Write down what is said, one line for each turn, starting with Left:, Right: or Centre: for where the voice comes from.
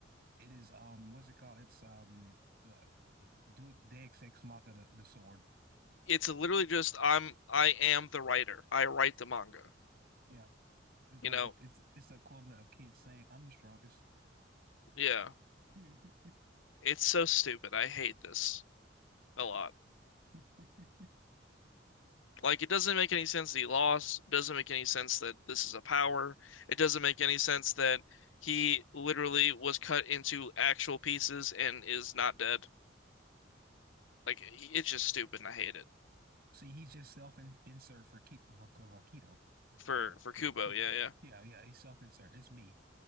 Right: It is um what's it called? It's um uh, do it. Deus Ex Machina the, the sword.
Left: It's literally just I'm I am the writer. I write the manga.
Right: Yeah. It's
Left: You
Right: like
Left: know,
Right: it's it's the equivalent of kids saying I'm the strongest.
Left: yeah.
Right: <laughs> hmm
Left: It's so stupid. I hate this a lot.
Right: <laughs>
Left: Like it doesn't make any sense that he lost. It doesn't make any sense that this is a power. It doesn't make any sense that he literally was cut into actual pieces and is not dead. Like it's just stupid and I hate it.
Right: See, he's just self insert for Ki for, for keto.
Left: For
Right: Oh,
Left: for Kubo,
Right: two.
Left: yeah, yeah.
Right: Yeah, yeah, he's self insert. It's me.